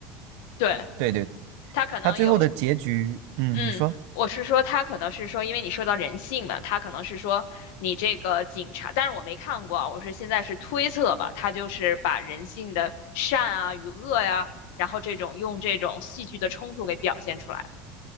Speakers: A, on the left; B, on the right.
A: 对，
B: 对对
A: 他可能有
B: 它最后的结局，嗯，
A: 嗯，
B: 你说，
A: 我是说，他可能是说，因为你说到人性嘛，他可能是说你这个警察，但是我没看过啊我是现在是推测吧，他就是把人性的善啊与恶呀、然后这种用这种戏剧的冲突给表现出来了